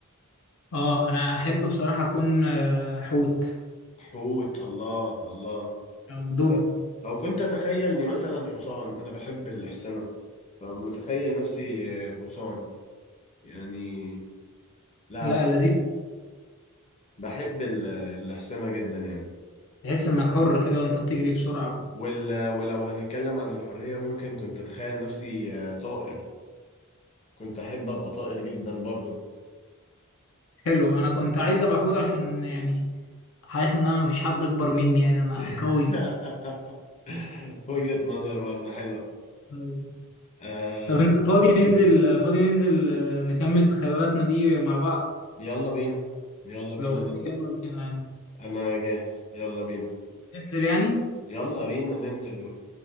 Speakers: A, on the left; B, on the left.
A: اه انا احب بصراحة اكون آه، حوت
B: حوت الله الله
A: أو دب
B: لا او كنت اتخيلني مثلا حصان انا بحب الحصنة فمتخيل نفسي حصان يعني لا
A: لا
B: لا
A: لذيذ
B: بس بحب ال- الحصنة جدا يعني
A: تحس إنك حر كده وأنت بتجري بسرعة
B: وال... ولو هنتكلم عن الحرية ممكن كنت اتخيل نفسي طائر كنت احب ابقى طائر جدا برضو
A: حلو أنا كنت عايز أبقى حوت عشان يعني حاسس إن أنا مفيش حد أكبر مني يعني أنا
B: <laughs>
A: قوي
B: وجهة نظر برضه حلوة
A: جداً.
B: آه
A: طب أنت فاضي ننزل فاضي ننزل آه، نكمل تخيلاتنا دي مع بعض
B: يلا بينا يلا بينا
A: لو فاضي
B: ننزل
A: يلا بينا يعني
B: أنا جاهز يلا بينا
A: ننزل يعني
B: يلا بينا ننزل